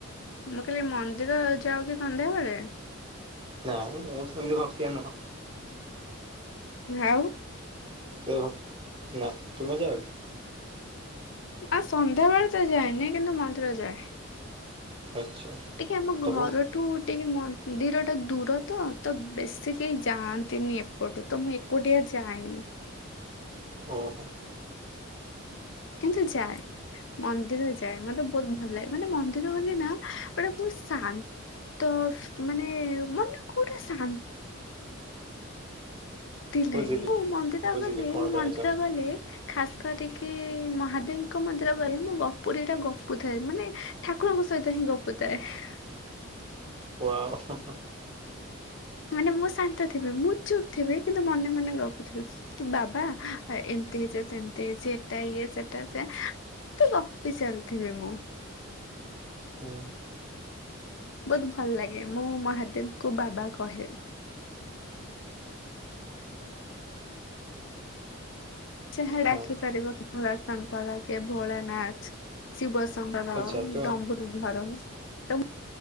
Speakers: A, on the left; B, on the right.
A: ମୁଁ କହିଲି ମନ୍ଦିର ଯାଅ କି ସନ୍ଧ୍ୟାବେଳେ?
B: ନାଁମ ମୁଁ ସେମିତ ଭକ୍ତିଆ ନୁହଁ।
A: ଆଉଁ।
B: <unintelligible> ନେ୍ଭର ନାଁ ତୁମେ ଯାଅକି?
A: ଆଁ ସନ୍ଧ୍ୟାବେଳେ ତ ଯାଏନି କିନ୍ତୁ ମନ୍ଦିର ଯାଏଁ।
B: ଆଚ୍ଛା
A: ଟିକେ ଆମ
B: ସବୁ
A: ଘରଠୁ ଟିକେ ମନ୍ଦି ମନ୍ଦିର ଟା ଦୂର ତ ତ ବେଶୀ କେହି ଯାଆନ୍ତିନି ଏପଟୁ ତ ମୁଁ ଏକୁଟିଆ ଯାଏନି
B: ଓଁ ହୋ।
A: କିନ୍ତୁ ଯାଏଁ ମନ୍ଦିର ଯାଏ ମତେ ବହୁତ ଭଲଲାଗେ ମାନେ ମନ୍ଦିର ଗଲେ ନା ମାନେ ବହୁତ ଶାନ୍ତି। ତ ସଁ ମାନେ ମନଟା କଉଁଟା ଶାନ୍ତି ଶାନ୍ତିଲାଗେ
B: ବୁଝିଲି
A: ମୁଁ ମନ୍ଦିର
B: ବୁଝିଲି
A: ଗଲେ
B: କଣ
A: ମୁଁ
B: କହିବାକୁ
A: ମନ୍ଦିର
B: ଚାହୁଁଛ
A: ଗଲେ ଖାସ କରିକି ମହାଦେବଙ୍କ ମନ୍ଦିର ଗଲେ ମୁଁ ଗପୁରୀଇଟା ଗପୁ ଥାଏ ମାନେ ଠାକୁରଙ୍କ ସହିତ ହିଁ ଗପୁ ଥାଏ। ହଁ <inaudible>
B: ୱାଓ ହୁଁ
A: ମାନେ ମୁଁ ଶାନ୍ତ ଥିବି ମୁଁ ଚୁପ ଥିବି କିନ୍ତୁ ମନେ ମନେ ଭାବୁଥିବି କି ବାବା ଏମତି ହେଇଚୀ ସେମିତି ହେଇଛି ଏଟା ଇଏ ସେଟା ସେଇୟା ହେଁ ଏମିତି ଗପି ଚାଲିଥିବି ମୁଁ
B: ହୁଁ
A: ବହୁତ ଭଲଲାଗେ ମୁଁ ମୋ ମହାଦେବଙ୍କୁ ବାବା କହେ ଯାହା ଡାକି
B: ହଁ
A: ପାରିବ କି ଭୋଳାଶଙ୍କର କେଁ ଭୋଳନାଥ ଶିବସଂଭୁ ଧର
B: ଆଚ୍ଛା ତ
A: ଡମ୍ବୁରୁ ଧର ଡ଼ମ୍ବ